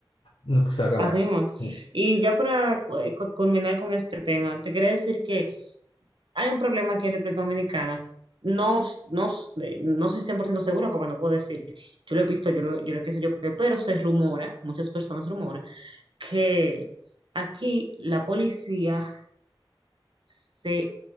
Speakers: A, on the left; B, on the right.
A: nunca se va a acabar.
B: así mismo.
A: Sí.
B: Y ya para cu- eh, cu- culminar con este tema, te quería decir que hay un problema aquí en República Dominicana. No, s- no, s- eh, no soy 100% segura porque no puedo decir, yo lo he visto, yo lo, yo lo que sé yo, qué, pero se rumora, muchas personas rumoran, que aquí la policía se